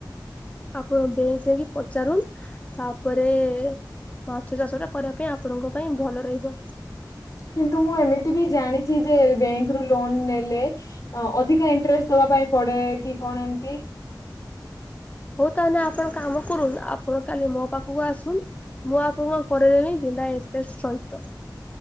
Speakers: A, on the left; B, on the left.
A: ଆପଣ ବେଙ୍କଯାଇକି ପଚାରୁନ୍ତୁ। ତାପରେ ମାଛ ଚାଷ ଟା କରିବା ପାଇଁ ଆପଣଙ୍କ ପାଇଁ ଭଲ ରହିବ।
B: କିନ୍ତୁ ମୁଁ ଏମିତି ବି ଜାଣିଛି ଯେ ବ୍ୟାଙ୍କ ରୁ ଲୋନ ନେଲେ ଅଧିକା ଇଣ୍ଟରେଷ୍ଟ ଦବା ପାଇଁ ପଡେ କି କଣ ଏମିତି।
A: ହଉ ତାହେଲେ ଆପଣ କାମ କରୁନ୍ତୁ ଆପଣ କାଲି ମୋ ପାଖକୁ ଆସୁନ୍ତୁ ମୁଁ ଆପଣଙ୍କ କରିଦେବି ବିନା ଇଣ୍ଟରେଷ୍ଟ ସହିତ।